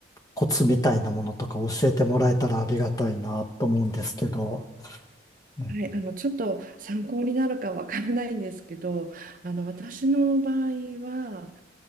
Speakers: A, on the left (about 20°); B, on the right (about 45°).
A: コツみたいなものとか教えてもらえたらありがたいなと思うんですけど、ええ
B: はい、あの、ちょっと参考になるかわからないんですけど、あの、私の場合は、